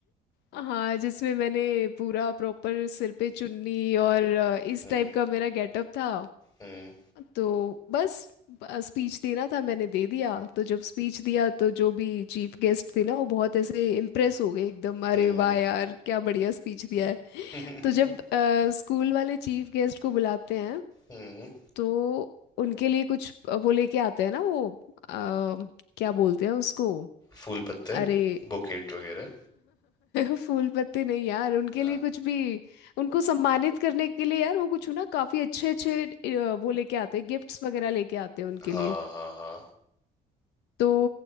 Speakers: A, on the left; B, on the left.
A: हाँ जिसमें मैंने पूरा प्रॉपर सिर पे चुन्नी और अ, इस
B: हम्म
A: टाइप का मेरा गेटअप था
B: हम्म
A: तो बस स्पीच देना था मैंने दे दिया तो जब स्पीच दिया तो जो भी चीफ गेस्ट थे ना वो बहुत ऐसे इम्प्रेस हो गए एकदम अरे
B: हम्म
A: वाह यार क्या बढ़िया स्पीच दिया है
B: <laughs>
A: तो जब स्कूल वाले चीफ गेस्ट को बुलाते हैं
B: हम्म
A: तो उनके लिए कुछ अ, वो लेके आते हैं ना वो अ, क्या बोलते हैं उसको
B: फूल पत्ते
A: अरे
B: बुकेट वगैरह
A: <laughs> फूल पत्ते नहीं यार उनके
B: हाँ
A: लिए कुछ भी उनको सम्मानित करने के लिए यार वो कुछ ना काफी अच्छे अच्छे अ, वो लेके आते हैं गिफ्ट्स वगैरह लेके आते हैं उनके
B: हाँ
A: लिए
B: हाँ हाँ
A: तो